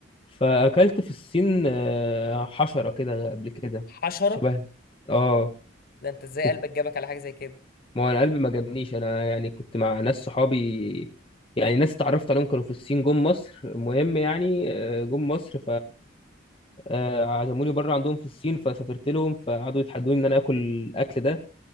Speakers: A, on the left; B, on the left.
A: فأكلت في الصين آه، حشرة كده قبل كده
B: حشره
A: شبه اه
B: ده انت ازاي
A: تت-
B: قلبك جابك على حاجه زي كده
A: ما هو أنا قلبي ما جابنيش أنا يعني كنت مع ناس صحابي يعني ناس اتعرفت عليهم كانوا في الصين جم مصر المهم يعني آه، جم مصر آه، عزموني بره عندهم في الصين فسافرت لهم فقعدوا يتحدوني ان انا اكل الاكل ده